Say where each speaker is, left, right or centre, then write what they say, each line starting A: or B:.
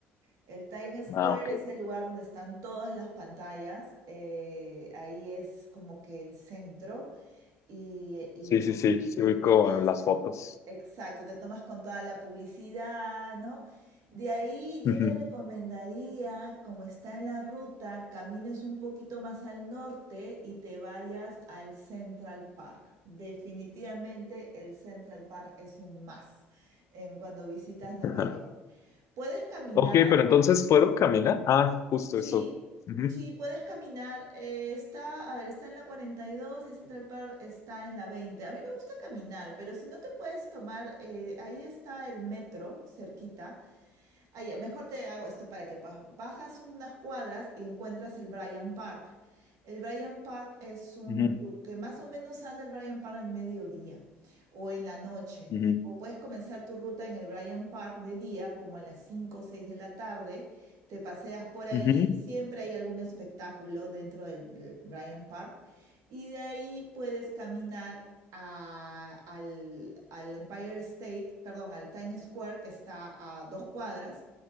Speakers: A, on the right; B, on the left.
A: El Times Square
B: Ah, ok.
A: es el lugar donde están todas las pantallas. eh, ahí es como que el centro y, y
B: Sí, sí, sí, sí
A: sí,
B: ubico
A: te puedes
B: eh, las fotos.
A: Exacto, te tomas con toda la publicidad, ¿no? De ahí yo
B: Ujú.
A: te recomendaría, como está en la ruta, camines un poquito más al norte y te vayas al Central Park. Definitivamente el Central Park es un más en cuando visitas Nueva
B: <laughs>
A: York. Puedes caminar
B: Ok, pero entonces ¿puedo caminar? Ah, justo
A: Sí,
B: eso. Ujú,
A: sí, puedes caminar. eh, está, a ver, está en la cuarenta y dos y Central Park está en la 20. A mí me gusta caminar, pero si no te puedes tomar, eh, ahí está el metro cerquita. Ahí, mejor te hago esto para que pas- bajas unas cuadras y encuentras el Bryant Park. El Bryant Park es un
B: ujú,
A: lu- que más o menos anda el Bryant Park al mediodía o en la noche.
B: ujú,
A: O puedes comenzar tu ruta en el Bryant Park de día, como a las cinco o seis de la tarde te paseas por ahí,
B: ujú.
A: siempre hay algún espectáculo dentro del, del Bryant Park y de ahí puedes caminar a- al, al Empire State, perdón, al Times Square que está a dos cuadras.